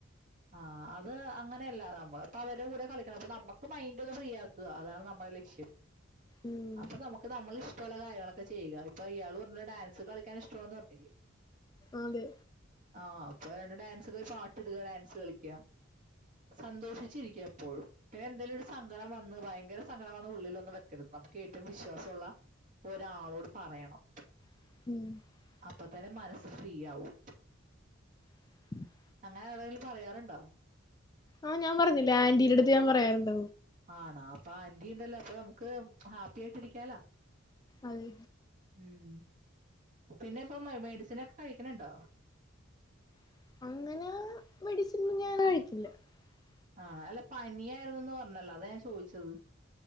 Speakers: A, on the right; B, on the left.
A: ആ അത് അങ്ങനെയല്ല നമ്മള് പ്പൊ അവരെ കൂടെ കളിക്കണം പ്പൊ നമുക്ക് മൈന്ഡ് ഒന്ന് ഫ്രീ ആക്ക. അതാണ് നമ്മുടെ ലക്ഷ്യം
B: ഉം
A: അപ്പം നമക് നമ്മളെ ഇഷ് പല കാര്യങ്ങളൊക്കെ ചെയ്യുക ഇപ്പൊ യാള് പറഞ്ഞ ഡാൻസ് കളിക്കാൻ ഷ്ടന്ന് പറഞ്ഞില്ലേ
B: അതെ.
A: ആ അപ്പൊ രണ്ട് ഡാൻസ്ക്കെ പാട്ട്ടുക ഡാൻസ് കളിക്കുക. സന്തോഷിച്ചിരിക്കുക എപ്പോഴും പിന്നെന്തെലും ഒരു സങ്കടം വന്ന് ഭയങ്കര സങ്കടം വന്ന് ഉള്ളിലോ നമുക്ക് ഏറ്റവും വിശ്വാസള്ള ഒരാളോട് പറയണം.
B: <inaudible>
A: അപ്പതന്നെ മനസ്സ് ഫ്രീ ആവും.
B: <inaudible>
A: ഞഎവിടെലും പറയാറുണ്ടോ?
B: ആഹ് ഞാൻ പറുഞ്ഞിലെ ആന്റീടെടുത്ത് ഞാൻ പറയാറുണ്ട
A: ആണ അപ്പൊ ആന്റീണ്ടല്ലോ അപ്പൊമുക്ക് ഹാപ്പിയിട്ടിരിക്കാലോ.
B: അതെ.
A: ഉം പിന്നെ ഇപ്പ മേ മെഡിസിനക്കെ കഴിക്കണണ്ടോ?
B: <inaudible>
A: ആണ അല്ല പനിയായിരുന്നന്ന് പറഞ്ഞല്ലോ അതാ ഞാൻ ചോദിച്ചത്.